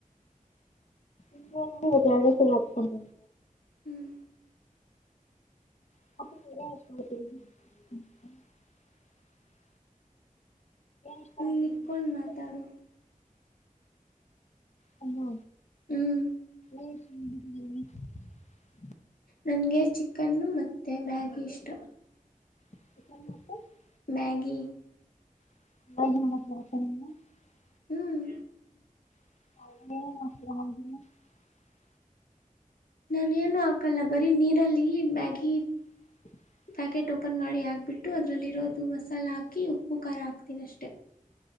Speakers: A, on the left (about 55°); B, on the left (about 85°).
A: <unintelligible> ನಿ ಸ ಹತ್ಕೊಂಡ
B: ಹ್ಞೂ
A: <unintelligible> ಇಷ್ಟ
B: ಅಲ್ಲಿಕ್ಕೋಂಡ
A: ಆಗುತ್ತೆ ನಿಮಗೆ
B: ಮಾತಾಡು
A: ಹಾ
B: ಹ್ಮ್
A: <unintelligible>
B: ನನಗೆ ಚಿಕನ್ನು ಮತ್ತೆ ಮ್ಯಾಗಿ ಇಷ್ಟ
A: <unintelligible>
B: ಮ್ಯಾಗಿ.
A: <unintelligible>
B: ಹ್ಮ್
A: <unintelligible>
B: ನಾನ ಏನು ಹಾಕಲ್ಲ ಬರೀ ನೀರಲ್ಲಿ ಮ್ಯಾಗಿ
A: <unintelligible>
B: ಪ್ಯಾಕೆಟ್ ಓಪನ್ ಮಾಡಿ ಹಾಕ್ಬಿಟ್ಟು ಅದರಲ್ಲಿರೋದು ಮಸಾಲ ಹಾಕಿ ಉಪ್ಪು ಖಾರ ಹಾಕ್ತೀನ ಅಷ್ಟೆ